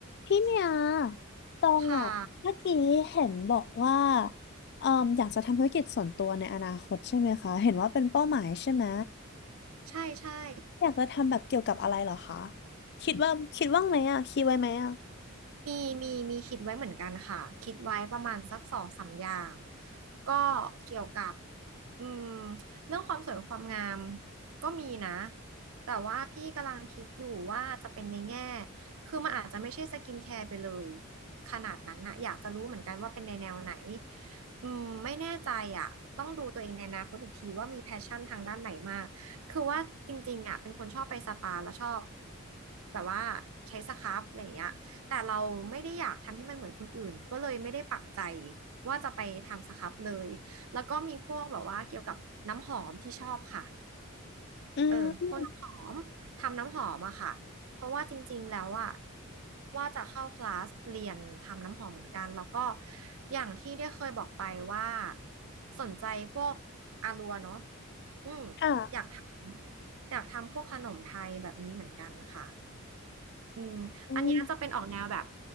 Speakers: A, on the left; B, on the right.
A: พี่เมียตองอ่ะเมื่อกี้เห็นบอกว่า
B: ขา
A: เอ่มอยากจะทำธุรกิจส่วนตัวในอนาคตใช่ไหมคะ เห็นว่าเป็นเป้าหมายใช่ไหม
B: ใช่ใช่
A: อยากจะทำแบบเกี่ยวกับอะไรเหรอคะคิดว่าคิดว่างไหมอ่ะคิดไว้ไหมอ่ะ
B: มีมีมีคิดไว้เหมือนกันค่ะคิดไว้ประมาณสักสองสามอย่างก็เกี่ยวกับอืมเรื่องความสวยความงามก็มีนะแต่ว่าพี่กำลังคิดอยู่ว่าจะเป็นในแง่คือมันอาจจะไม่ใช่สกินแคร์ไปเลยขนาดนั้นนะอยากจะรู้เหมือนกันว่าเป็นในแนวไหนอืมไม่แน่ใจอ่ะต้องดูตัวเองในอนาคตอีกทีว่ามีแพชชั่นทางด้านไหนมากคือว่าจริงๆอ่ะเป็นคนชอบไปสปาแล้วชอบแบบว่าใช้สครับอะไรอย่างเงี้ย แต่เราไม่ได้อยากทำให้มันเหมือนคนอื่นก็เลยไม่ได้ปักใจว่าจะไปทำสครับเลยแล้วก็มีพวกแบบว่าเกี่ยวกับน้ำหอมที่ชอบค่ะ
A: อืม
B: เออพวกน้ำหอมทำน้ำหอมอะค่ะเพราะว่าจริงๆแล้วอะว่าจะเข้าคลาสเรียนทำน้ำหอมเหมือนกันแล้วก็อย่างที่ได้เคยบอกไปว่าสนใจพวกอารัวเนาะอืมอยากท
A: ค่ะ
B: ำอยากทำพวกขนมไทยแบบนี้เหมือนกันนะคะ อืมอันเนี้ยจะเป็นออกแนวแบบ
A: อืม